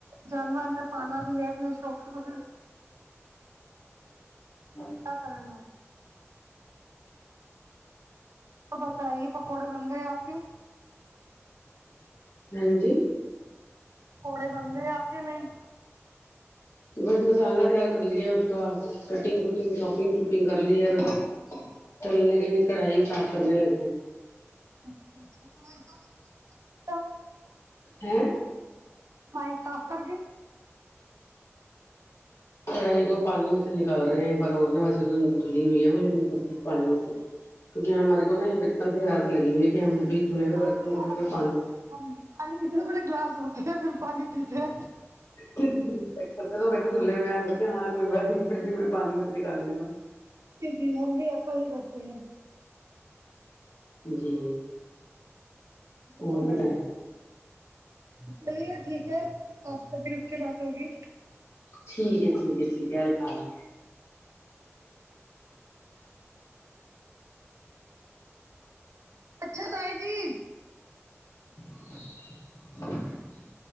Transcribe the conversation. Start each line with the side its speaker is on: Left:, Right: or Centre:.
Right: جانور ہم نے پناا بھی ہے نہیں شوخ تو پھر
Left: ہاں
Right: کریں گا تو بتائیے پکوڑے بن گئے آپ کے
Left: ہاں جی
Right: پکوڑے بنگ لے آ کے نہیں
Left: بس مسالہ تیار کر لیا اس کا کٹنگ کٹنگ شاپنگ شوپنگ کر لی ہے ب تلنے کے لیے کڑھائی صاف کرنے لگے ہیں
Right: اچھا اچھا
Left: ہ
Right: بائی صاف کر کے
Left: چڑائی کو پانی میں سے نکال رہے ہیں ایک بار اور نے ویسے تو دھلی ہوئی ہے وہ لیکن کچ پانی میں سے کیکہ ہمارے کو نا یہ بچپن سے یاد لگی ہوئی کہ ہمیں بھی دھلے ہوئے
Right: پانی
Left: برتنوں
Right: بڑی
Left: کو پھر
Right: حالت ہے
Left: پانی
Right: پانی پیتے تو بڑے گلاس دھتے ہیں پھر پانی پیتے
Left: کہتے دلہے میم کہتے ہاں کوئی بات نہیں پھر پانی میں تو نکالنے تو
Right: جی جی ہم بھی ایسا ہی کرتے ہیں
Left: جی
Right: جی ب تو
Left: اور
Right: ہے
Left: بتائیں
Right: چلیے ٹھیک ہے آپ کبھی رک کے بات ہوگی
Left: ٹھیک ہے ٹھیک ہے ٹھیک ہے اللہ حافظ
Right: اچھا تائی جی
Left: <unintelligible>